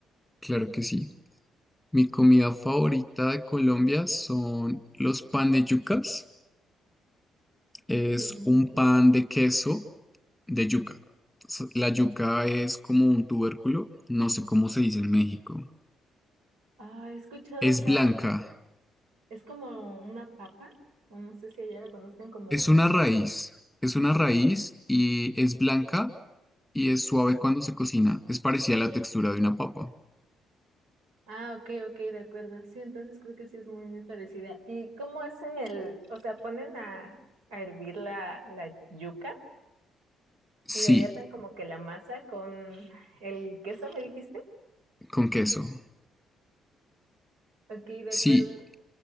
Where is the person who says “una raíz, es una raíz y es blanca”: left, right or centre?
Centre